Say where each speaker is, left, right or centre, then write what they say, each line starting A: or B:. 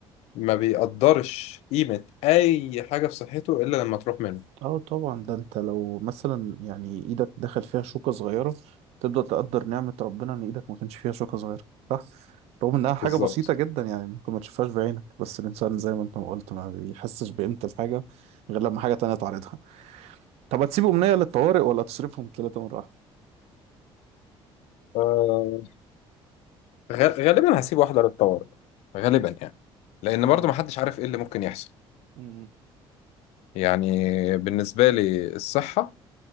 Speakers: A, on the left; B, on the right.
A: ما بيقدرش قيمة اي حاجة في صحته الا لما تروح منه
B: اه طبعا ده انت لو مثلا يعني ايدك دخل فيها شوكة صغيرة تبدأ تقدر نعمة ربنا ان ايدك ما كانش فيها شوكة صغيرة صح رغم انها حاجة
A: بالظبط
B: بسيطة جدا يعني ممكن ما تشوفهاش بعينك بس الانسان زي ما انت ما قلت ما بيحسش بقيمة الحاجة غير لما حاجة تانية تعرضها طب هتسيب امنية للطوارئ ولا تصرفهم ثلاثة مرة واحدة
A: آه، غ- غالبا هسيب واحدة للطوارئ غالبا يعني لأن
B: اتمنى
A: برضو محدش عارف إيه اللي ممكن يحصل
B: امم
A: يعني بالنسبة لي الصحة